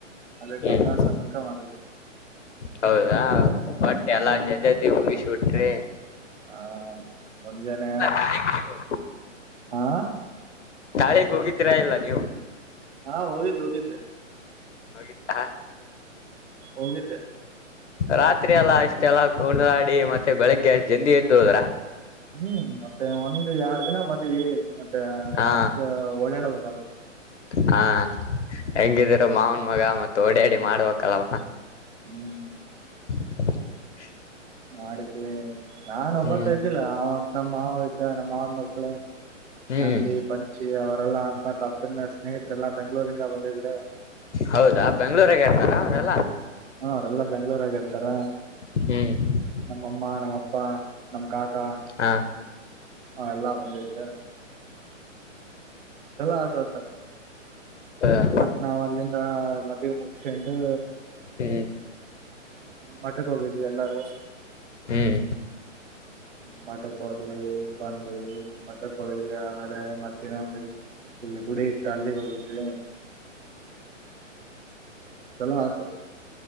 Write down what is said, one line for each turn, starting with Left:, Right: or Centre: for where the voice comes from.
Right: ಅದಕ್ಕ
Left: ಹ್ಮ್
Right: ಅದ ಸಮಯಕ್ಕೆ ಮಾಡಿದ್ವಿ
Left: ಹೌದಾ ಒಟ್ ಎಲ್ಲಾ
Right: ಹಾ
Left: ಜಲ್ದಿ ಜಲ್ದಿ ಮುಗಿಸಿಬಿಟ್ರಿ
Right: ಹಾ ಮುಂಜಾನೆ
Left: ತಾಳಿಗ್ ನೀವು
Right: ಹಾ
Left: ತಾಳಿಗೆ ಹೋಗಿದ್ರಾ ಇಲ್ಲ ನೀವು
Right: ಹಾ ಹೋಗಿದ್ದು ಹೋಗಿದೆ
Left: ಹೋಗಿತ್ತಾ
Right: ಹೋಗಿದ್ದೆ
Left: ರಾತ್ರಿ ಎಲ್ಲಾ ಅಷ್ಟೆಲ್ಲ ಕೊಂಡಾಡಿ ಮತ್ತೆ ಬೆಳಿಗ್ಗೆ ಅಷ್ಟ ಜಲ್ದಿ ಎದ್ದು ಹೋದ್ರ
Right: ಹ್ಮ್ ಮತ್ತೆ ಒಂದ ಎರಡು ದಿನ ಮದ್ವಿ ಮತ್ತೆ
Left: ಹಾ
Right: ಅಷ್ಟ ಓಡಾಡಬೇಕಲ್ಲ
Left: ಹಾ ಹೆಂಗಿದ್ರು ಮಾವನ್ ಮಗ ಮತ್ತ ಓಡ್ಯಾಡಿ ಮಾಡಬೇಕಲ್ವಾಪ್ಪ
Right: ಹ್ಮ್
Left: <inaudible>
Right: ಮಾಡಿದ್ವಿ ನಾನ್ ಒಬ್ಬತ
Left: ಹ್ಮ್
Right: ಇದ್ದಿಲ್ಲ ಅವತ್ ನಮ್ಮ ಮಾವ ಇದ್ದ ನಮ್ಮ ಮಾವನ ಮಕ್ಕಳು
Left: ಹ್ಮ್
Right: ನಂದಿ ಪಂಚಿ ಅವರೆಲ್ಲಾ ಅತ್ಮತ್ ಅತ್ನ ಸ್ನೇಹಿತರೆ ಎಲ್ಲಾ ಬೆಂಗ್ಗಳೂರಿಂದ ಬಂದಿದ್ರು <inaudible>
Left: ಹೌದಾ ಬೆಂಗಳುರುರಗೆ ಇರ್ತಾರಾ ಅವರೆಲ್ಲ
Right: ಹ್ಮ ಅವ್ರ ಎಲ್ಲಾ ಬೆಂಗಳೂರಗೆ ಇರ್ತಾರ
Left: ಹ್ಮ್
Right: ನಮ್ಮ ಅಮ್ಮ ನಮ್ಮ ಅಪ್ಪ ನಮ್ ಕಾಕಾ
Left: ಹಾ
Right: ಎಲ್ಲಾ ಬಂದಿದ್ರು ಚಲೋಅದೋ ಒಟ್ಟು
Left: <inaudible>
Right: ಮತ್ತ್ ನಾವ್ ಅಲ್ಲಿಂದ ಮದುವೇ ಮುಗಿಸಿಕೊಂಡು
Left: ಹ್ಮ
Right: ಮಠಕ್ಕೆ ಹೋಗಿದ್ವಿ ಎಲ್ಲಾರು
Left: ಹ್ಮ್
Right: ಮಠ ಮಠಕ್ಕೆ ಹೋದ್ವಿ ಬಂದಿವಿ ಮಠಕ್ಕೆ ಹೋಗಿದ್ವಿ ಆಮೇಲೆ ಮತ್ತೆ ಇನ್ನ ಗುಡಿ ಇತ್ತು ಅಲ್ಲಿಗೆ ಹೋಗಿದ್ವಿ ಚಲೋ ಆಯ್ತು